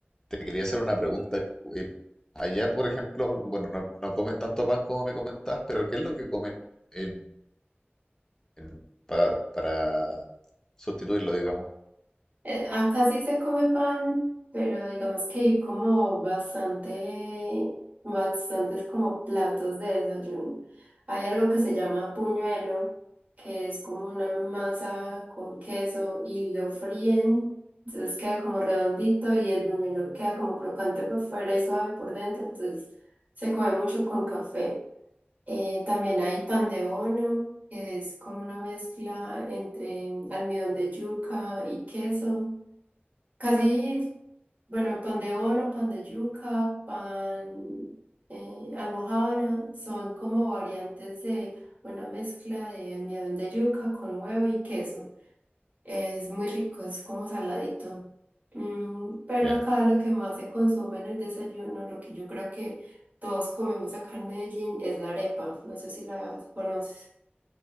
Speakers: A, on the left; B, on the right.
A: Te quería hacer una pregunta. eh, allá, por ejemplo, bueno, no, no comen tanto pan como me comentabas, pero ¿qué es lo que comen en, en- pa- para sustituirlo, digamos?
B: Eh, acá sí se come pan, pero digamos que hay como bastante, bastantes como platos de desayuno. Hay algo que se llama puñuelo, que es como una masa con queso y lo fríen, entonces queda como redondito y el buñuelo queda como crocante por fuera y suave por dentro, entonces se come mucho con café. Eh, también hay pan de bono, que es como una mezcla entre almidón de yuca y queso. Casi, bueno, pan de bono, pan de yuca, pan eh, almojábana, son como variantes de una mezcla de almidón de yuca con huevo y queso. Es muy rico, es como saladito. Mm, pero
A: Ya.
B: acá lo que más se consume en el desayuno, lo que yo creo que todos comemos acá en Medellín, es la arepa. No sé si la conoces.